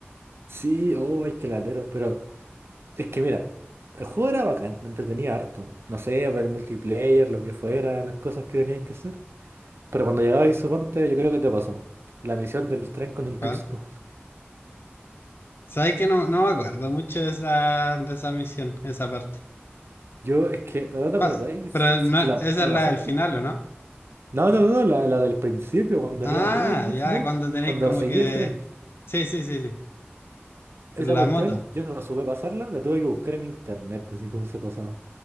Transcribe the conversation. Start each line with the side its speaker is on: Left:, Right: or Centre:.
Right: Sí, oh, es que latero. Pero es que mira, el juego era bacán, me entretenía harto. No sé, por el multiplayer, lo que fuera, las cosas que teníais que hacer. Pero cuando llegabais, suponte, yo creo que te pasó. La misión del tren con el Big
Left: ¿Cuál?
Right: Smoke.
Left: Sabes que no, no me acuerdo mucho de esa, de esa misión, esa parte.
Right: Yo, es que, ¿no te
Left: ¿Cuál?
Right: acordáis?
Left: Pero no,
Right: Si te la,
Left: esa
Right: la
Left: es la
Right: pasaste.
Left: del final, ¿o no?
Right: No, no, no, la, la del principio, cuando
Left: Ah,
Right: era amigo del Big
Left: ya,
Right: Smoke.
Left: cuando tenéis
Right: Cuando
Left: como
Right: seguí
Left: que.
Right: el tren.
Left: Sí, sí, sí, sí.
Right: Esa
Left: La
Right: cuestión,
Left: moto.
Right: yo no la supe pasarla, la tuve que buscar en internet, así como se pasaba.